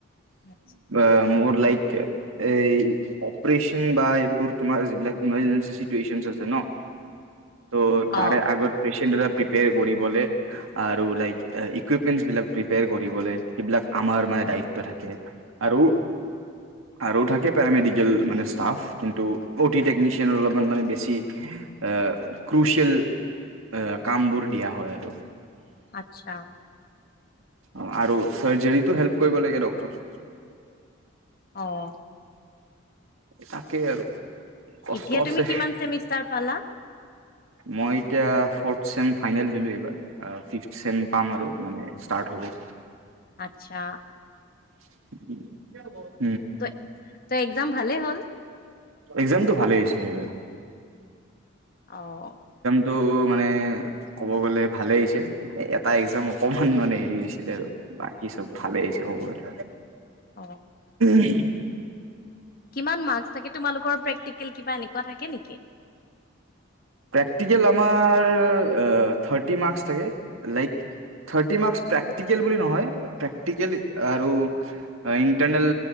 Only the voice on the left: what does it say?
আচ্ছা
অ
আচ্ছা।
অ, '
এতিয়া
তুমি কিমান চেমিষ্টাৰ পালা।
আচ্ছা।
ত তো এক্সাম ভালে হ'ল।
অ
অ
কিমান মাৰ্কছ থাকে তোমালোকৰ প্ৰেক্টিকেল কিবা এনেকুৱা থাকে নেকি